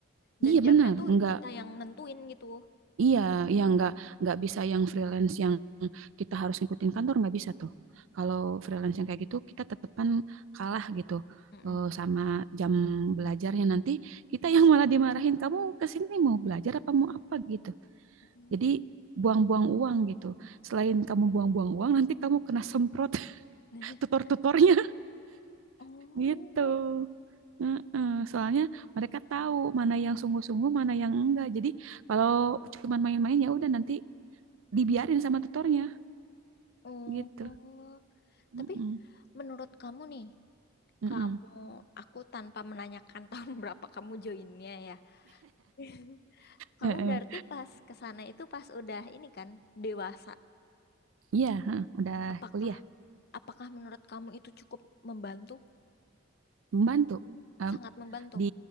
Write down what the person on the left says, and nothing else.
Dan
jamnya
tuh
kita yang nentuin gitu.
Mm-mm.
Oh.
<laughs>
Oh.
Oh.
Tapi menurut kamu nih,
kamu aku tanpa menanyakan <laughs> tahun berapa kamu joinnya ya. <laughs>
Kamu berarti pas ke sana itu pas udah ini kan dewasa.
Apakah
apakah menurut kamu itu cukup membantu?
Sangat membantu.